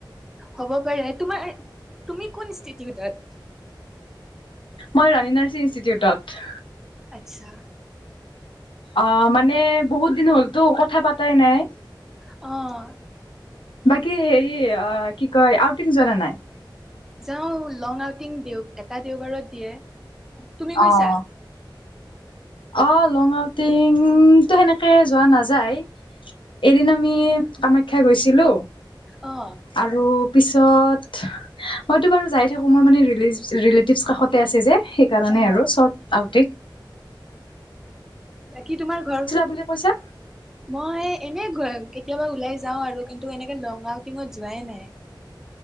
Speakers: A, in the centre; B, on the left.
A: হ'ব পাৰে। তোমাৰ তুমি কোন ইনষ্টিউটত?
B: মই ৰাণী নাৰ্ছিং ইনষ্টিটিউটত
A: আচ্ছা,
B: অ, মানে বহুত দিন হলতো কথা পাতাই নাই।
A: অ'
B: বাকী হেৰি কি কয় আউটিং জনা নাই।
A: যাওঁ লং আউটিং দেও এটা দেওবাৰত দিয়ে তুমি গৈছা।
B: অ অ লং আউটিং টো সেনেকে যোৱা নাযায় এদিন আমি কামাখ্যা গৈছিলো
A: অ
B: আৰু। তাৰপিছত মইতো বাৰু যাই থাকো মোৰ মানে ৰিলেটিভ ৰিলেটিভছ কাষতে আছে যে। সেইকাৰণে
A: অ
B: আৰু চৰ্ট আউট
A: বাকী তোমাৰ ঘৰ
B: বুলি কৈছা?
A: মই এনেই গ কেতিয়াবা ওলাই যাওঁ আৰু কিন্তু এনেকে লং আউটিঙত যোৱাই নাই